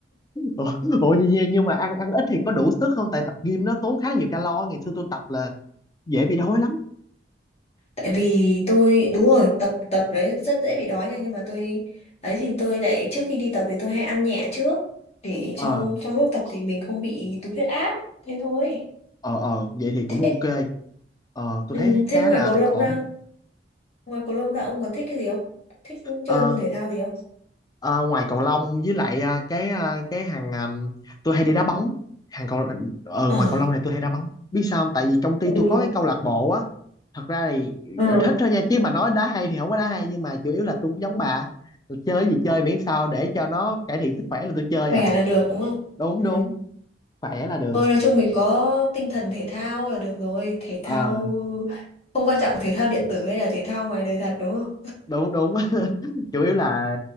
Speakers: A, on the left; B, on the left.
A: <laughs> ủa, ủa nhưng, nhưng mà ăn ăn ít thì có đủ sức không tại tập gym nó tốn khá là nhiều calo ngày xưa tôi tập là dễ bị đói lắm
B: tại vì tôi đúng rồi tập tập đấy rất dễ bị đói nha nhưng mà tôi ấy thì tôi lại trước khi đi tập thì tôi hay ăn nhẹ trước để trong
A: ờ
B: trong lúc tập thì mình không bị tụt huyết áp thế thôi
A: ờ ờ vậy thì cũng
B: thế
A: ok ờ tôi
B: ừ,
A: thấy khá
B: thế ngoài
A: là
B: cầu lông
A: ổn
B: ra ngoài cầu lông ra ông còn thích cái gì không thích
A: Ờ
B: chơi môn thể thao gì không
A: Ờ, ngoài cầu lông với lại à, cái à, cái hàng à, tôi hay đi đá bóng hàng cầu ờ
B: ờ
A: ngoài cầu lông này tôi hay đá bóng biết sao không tại vì công ty tôi
B: ừ
A: có cái câu lạc bộ á thật ra thì
B: ừ
A: ờ, thích thôi nha chứ mà nói đá hay thì không có đá hay nhưng mà chủ yếu là tôi cũng giống bà tôi chơi cái gì chơi miễn sao để cho nó cải thiện sức khỏe là tôi chơi
B: khỏe
A: à
B: là được đúng không
A: đúng
B: ừ
A: đúng khỏe là được
B: thôi nói chung mình có tinh thần thể thao là được rồi thể thao
A: ờ
B: không quan trọng thể thao điện tử hay là thể thao ngoài đời thật đúng không
A: đúng đúng <laughs> chủ yếu là